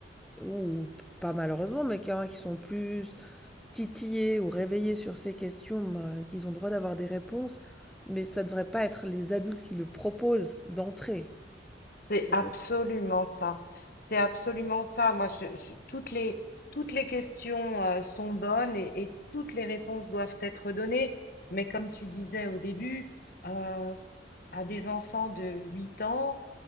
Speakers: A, in the centre; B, on the left (about 50°).
A: ou pas malheureusement, mais qu'il y en a qui sont plus titillés ou réveillés sur ces questions, ben, qu'ils ont droit d'avoir des réponses, mais ça devrait pas être les adultes qui le proposent d'entrée.
B: C'est
A: Ça
B: absolument
A: doit
B: ça. C'est absolument ça. Moi, je- je- toutes les toutes les questions euh, sont bonnes et, et toutes les réponses doivent être données. Mais comme tu disais au début, euh, à des enfants de 8 ans,